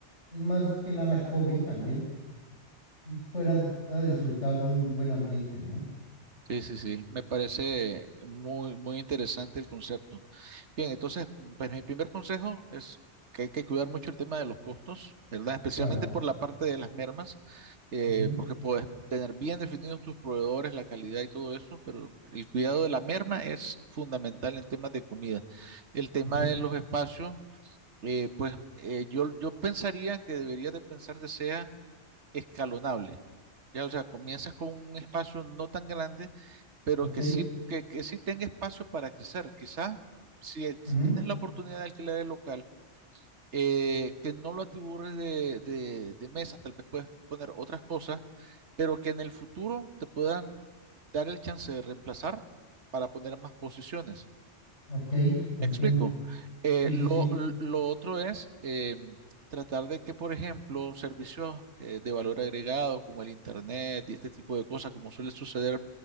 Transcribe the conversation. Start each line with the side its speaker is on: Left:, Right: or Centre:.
Left: pues más que nada joven también, pues pueda, pueda disfrutar de un buen ambiente, ¿no?
Right: sí, sí, sí. Me parece muy, muy interesante el concepto. Bien, entonces, pues mi primer consejo es que hay que cuidar mucho el tema de los costos, ¿verdad? Especialmente
Left: Claro.
Right: por la parte de las mermas, eh,
Left: Ujú,
Right: porque puedes tener bien definidos tus proveedores, la calidad y todo eso, pero el cuidado de la merma es fundamental en temas de comida. El tema
Left: ujú.
Right: de los espacios Eh, pues eh, yo, yo pensaría que deberías de pensar que sea escalonable. Ya, o sea, comienzas con un espacio no tan grande, pero
Left: Ok,
Right: que sí, que, que sí tenga espacio para crecer. Quizás si, eh, si
Left: ujú,
Right: tienes la oportunidad de alquilar el local, eh, que no lo atibures de, de, de mesas, tal vez puedes poner otras cosas, pero que en el futuro te puedan dar el chance de reemplazar para poner más posiciones.
Left: ok, entiendo.
Right: Me explico. Eh,
Left: Sí,
Right: lo,
Left: sí, sí.
Right: lo otro es eh, tratar de que, por ejemplo, servicios eh, de valor agregado como el Internet y este tipo de cosas, como suele suceder